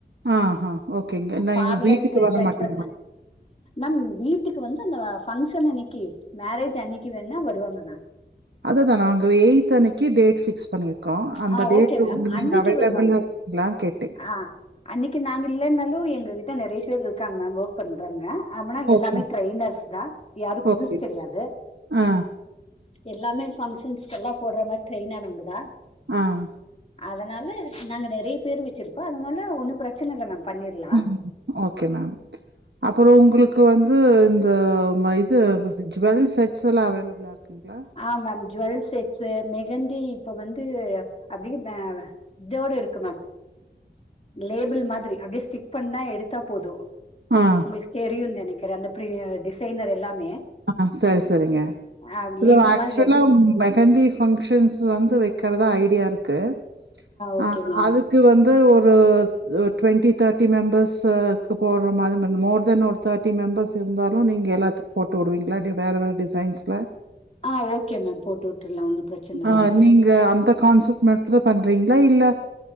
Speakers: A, on the right; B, on the left.
A: ஆஹ்ஹ ஓகேங்க நான்
B: பார்லருக்கு
A: எங்க வீட்டுக்கு வரமாட்டேங்க
B: சென்டருக்கு மேம் வீட்டுக்கு வந்து அந்த ஃபங்ஷன் அன்னைக்கு மேரேஜ் அன்னைக்கு வேனா வருவாங்க மேம்
A: அதுதா நாங்க எய்த் அன்னைக்கு டேட் பிக்ஸ் பண்ணியிருக்கோ அந்த
B: ஆ
A: டேட்டு
B: ஓகே மேம்
A: உங் நீங்க
B: அன்னைக்கு
A: ஆவைலபிள்ளா
B: வருவாங்க
A: இருகீங்களான் கேட்ட
B: ஆ அன்னைக்கு நாங்க இல்லனாலு எங்க கிட்ட நறைய பேர் இருக்காங்க மேம் ஒர்க் பண்றங்க அப்பனா
A: ஓகே,
B: எல்லாமே ட்ரெயினர்ஸ் தான் யாரும் புதுசு
A: ஓகே.
B: கிடையாது
A: ஆ,
B: எல்லாமே பங்க்ஷன்ஸ்க்குலா போடுற மாரி ட்ரெயின் ஆனவங்கதா
A: ஆஹ்ன்
B: அதனால நாங்க நறைய பேர் வச்சிருக்கோ அதனால ஒண்ணு பிரச்சன இல்ல மேம் பண்ணிர்லா
A: ம். ஓகே மேம் அப்புறோ உங்களுக்கு வந்து இந்த மை இது ஜோவல் செட்ஸ்லா அவைலபிளா இருக்குங்களா
B: ஆ மேம் ஜோவல் செட்ஸ்ஸு மெகந்தி இப்போ வந்து அப்டி இதோடு இருக்கு மேம் லேபிள் மாதிரி அப்டி ஸ்டிக் பண்ணா எடுத்தா போது
A: ஆஹ்ன்
B: உங்களுக்கு தெரியுன் நினைக்கிறே அந்த பெரிய டிசைனர் எல்லாமே
A: ஆஹ்ன்‌ சரி சரிங்க
B: ஆ
A: <unintelligible>
B: லேபிள்
A: ஆக்சுலா
B: மாதிரி அப்டியே
A: மெஹந்தி பங்கஷன்ஸ் வந்து வைக்றதா ஐடியா இருக்கு
B: ஓகே
A: ஆ
B: மேம்
A: அது க்கு வந்து ஒரு டு்வெண்ட்டி தேர்ட்டி மெம்பர்ஸு போடுற மாறி மோர் தென் ஒரு தேர்டி மெம்பர்ஸ் இருந்தாலு நீங்க எல்லாத்துக்கு போட் போடுவீங்களா வேற ஏதாது டிசைன்ஸ்ல
B: ஆஹ்ன் ஓகே மேம் போட்டு விட்ரலா ஒன்னு பிரச்சன இல்லங்க
A: அ நீங்க அந்த கான்செப்ட் மட்டும்தா பண்றீங்களா இல்ல